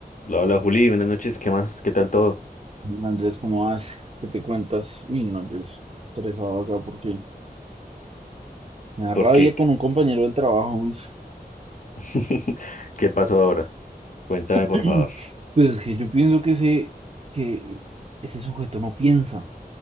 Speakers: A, on the left; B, on the right.
A: Hola, hola Juli, buenas noches, ¿qué más? ¿Qué tal todo?
B: Andrés, ¿cómo vas? ¿Qué te cuentas? Uy, no, yo estresado acá porque me da rabia
A: ¿Por qué?
B: con un compañero del trabajo. uy.
A: <laughs> ¿Qué pasó ahora? Cuéntame,
B: <clears throat>
A: por favor.
B: Pues es que yo pienso que ese, que ese sujeto no piensa.